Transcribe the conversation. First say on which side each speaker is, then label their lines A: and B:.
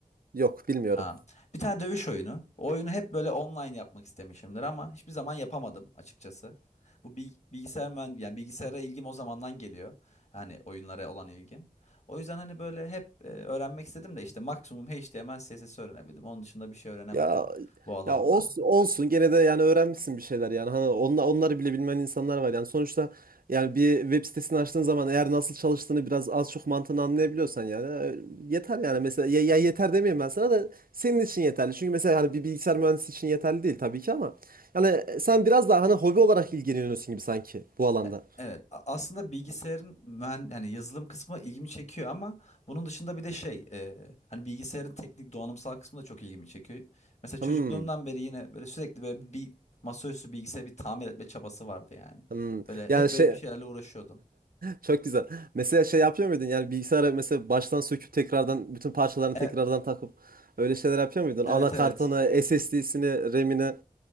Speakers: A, on the right (about 85°); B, on the left (about 50°).
A: Yok bilmiyorum.
B: Ha. Bir tane dövüş oyunu. O oyunu hep böyle online yapmak istemişimdir ama hiçbir zaman yapamadım açıkçası. Bu bil- bilgisayar mühend yani bilgisayara ilgim o zamandan geliyor. Hani oyunlara olan ilgim. O yüzden hani böyle hep e, öğrenmek istedim de işte maksimum HTML, CSS öğrenebildim. Onun dışında bir şey öğrenemedim
A: Ya
B: bu alanda.
A: ya olsun, olsun gene de yani öğrenmişsin bir şeyler yani hani onlar, onları bile bilmeyen insanlar var yani sonuçta yani bir web sitesini açtığın zaman eğer nasıl çalıştığını biraz az çok mantığını anlayabiliyorsan yani e, yeter yani mesela ya, ya yeter demeyeyim ben sana da senin için yeterli çünkü mesela hani bir bilgisayar mühendisi için yeterli değil tabii ki ama yani sen biraz daha hani hobi olarak ilgileniyorsun gibi sanki bu alanda.
B: E- Evet, a- aslında bilgisayarın mühen hani yazılım kısmı ilgimi çekiyor ama bunun dışında bir de şey e, hani bilgisayarın teknik donanımsal kısmı da çok ilgimi çekiyor. Mesela çocukluğumdan
A: Hmm,
B: beri yine böyle sürekli böyle bir masaüstü bilgisayarı bir tamir etme çabası vardı yani.
A: hmm.
B: Böyle
A: Yani
B: hep
A: şey
B: böyle bir şeylerle uğraşıyordum.
A: Çok güzel. Mesela şey yapıyor muydun? Yani bilgisayarı mesela baştan söküp tekrardan bütün parçalarını tekrardan
B: E-
A: takıp öyle şeyler yapıyor muydun? Anakartını,
B: evet evet.
A: SSD'sini, RAM'ini.